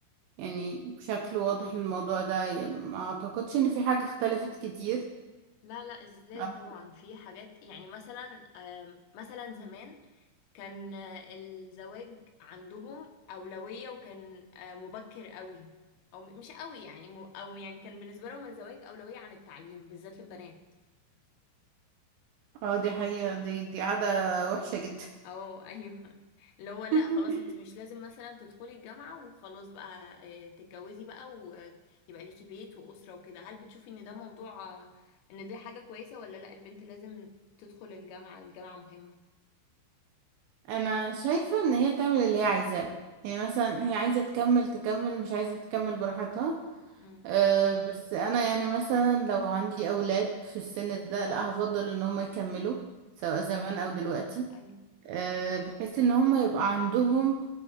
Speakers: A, on the right (about 80°); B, on the left (about 85°).
A: يعني بشكل واضح للموضوع ده يعني ما اعتقدش ان في حاجة اختلفت كتير
B: لا لا ازاي
A: اه
B: طبعا في حاجات يعني مثلا آم، مثلا زمان كان آه، الزواج عندهم أولوية وكان آه، مبكر قوي او م- مش قوي يعني م- او يعني كان بالنسبة لهم الزواج أولوية عن التعليم بالذات للبنات
A: آه، دي حقيقة دي دي عادة وحشة جدا
B: اه <laughs> ايوه اللي هو لا
A: <laughs>
B: خلاص انت مش لازم مثلا تدخلي الجامعة وخلاص بقى آه، تتجوزي بقى ويبقى ليكي بيت وأسرة وكده هل بتشوفي ان ده موضوع آه، ان دي حاجة كويسة ولا لا البنت لازم تدخل الجامعة الجامعة مهمة
A: انا شايفة ان هي تعمل اللي هي عايزاه يعني مثلا هي عايزة تكمل تكمل مش عايزة تكمل براحتها
B: امم
A: أه بس انا يعني مثلا لو عندي اولاد في السن ده لا هفضل ان هم يكملوا سواء زمان او دلوقتي
B: صح ايوه امم
A: آه، بحيث ان هم يبقى عندهم